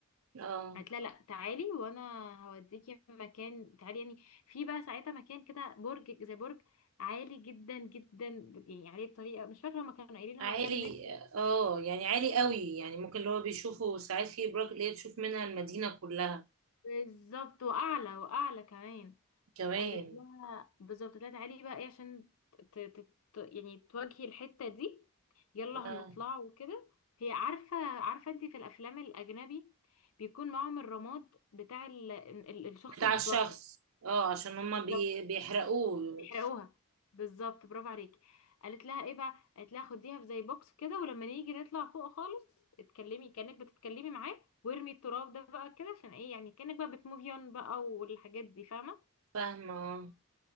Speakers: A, on the right; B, on the left.
A: آه.
B: قالت لها لا تعالي وانا هوديكي مكان تعالي يعني في بقى ساعتها مكان كده برج زي برج عالي جدا جدا يعني عليه بطريقة مش فاكرة هما كانوا قايلين هو
A: عالي
B: كام متر
A: اه يعني عالي قوي يعني ممكن اللي هو بيشوفه ساعات في ابراج اللي هي تشوف منها المدينة كلها
B: بالظبط واعلى واعلى كمان
A: كمان
B: قالت لها بالظبط قالت لها تعالي بقى ايه عشان ت... ت... ت... يعني تواجهي الحتة دي يلا
A: آه.
B: هنطلع وكده هي عارفة عارفة انت في الافلام الاجنبي بيكون معاهم الرماد بتاع ال... ال... الشخص
A: بتاع
B: اللي
A: الشخص
B: توفى
A: اه عشان هما
B: بالظبط
A: بي... بيحرقوه
B: بيحرقوها بالظبط برافو عليكي قالت لها ايه بقى قالت لها خديها في زي بوكس كده ولما نيجي نطلع فوق خالص اتكلمي كانك بتتكلمي معاه وارمي التراب ده بقى كده عشان ايه يعني كانك بقى بتموفي اون بقى والحاجات دي فاهمه
A: فاهمة اه